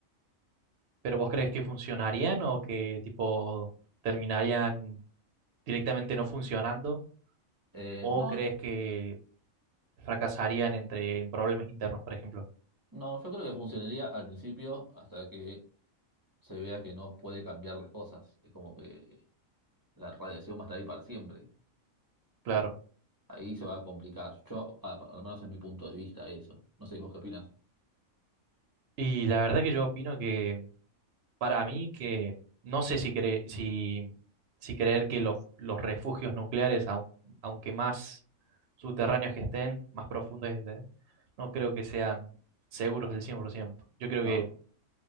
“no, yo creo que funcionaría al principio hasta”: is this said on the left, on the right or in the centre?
Right